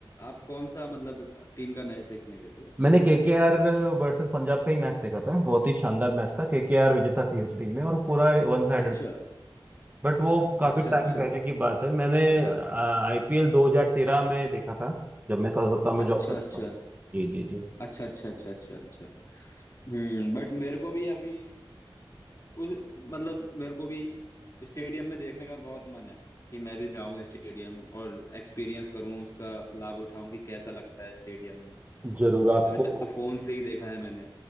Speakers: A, on the left; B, on the right.
A: आप कौन सा मतलब टीम का मैच देखने गए थे
B: मैंने केकेआर वर्सेस पंजाब का ही मैच देखा था बहुत ही शानदार मैच था केकेआर विजेता थी उस टीम में और पूरा वन साइडेड
A: अच्छा
B: बट वो काफी
A: अच्छा
B: टाइम
A: अच्छा
B: पहले की बात है मैंने आईपीएल 2013 में देखा था जब मैं कलकत्ता में
A: अच्छा
B: जॉब करता
A: अच्छा
B: था जी जी जी
A: अच्छा अच्छा अच्छा अच्छा अच्छा हम्म बट मेरे को भी अभी उस मतलब मेरे को भी स्टेडियम में देखने का बहुत मन है कि मैं भी जाऊं स्टेडियम और एक्सपीरियंस करूं उसका लाभ उठाऊं कि कैसा लगता है स्टेडियम में
B: जरूर आपको
A: अभी तक तो फोन से ही देखा है मैंने